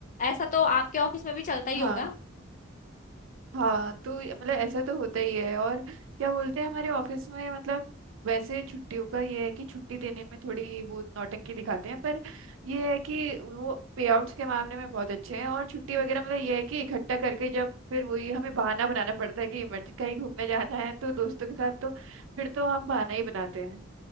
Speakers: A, on the left; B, on the right.
A: ऐसा तो आपके ऑफिस में भी चलता ही
B: हाँ
A: होगा
B: हाँ तो ये- मतलब ऐसा तो होता ही है और क्या बोलते हैं हमारे ऑफिस में मतलब वैसे छुट्टियों का ये है कि छुट्टी देने में थोड़ी वो नौटंकी दिखाते हैं पर ये है कि वो पे आउट्स के मामले में बहुत अच्छे हैं और छुट्टी वगैरह मतलब ये है कि इकट्ठा करके जब फिर वही हमें बहाना बनाना पड़ता है कि इमरजेंसी कहीं घूमने जाना है तो दोस्तों के साथ तो फिर तो हम बहाना ही बनाते हैं